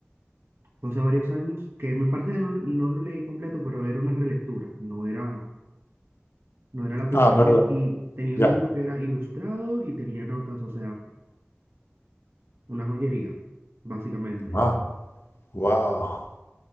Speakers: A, on the right (about 60°); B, on the left (about 65°).
A: fue hace varios años, que me parece que no, no lo leí completo, pero era una relectura, no era No era la primera
B: Ah, no
A: vez
B: era la-
A: y tenía
B: Ya.
A: un libro que era ilustrado y tenía notas, o sea, una joyería, básicamente.
B: Ah, wow.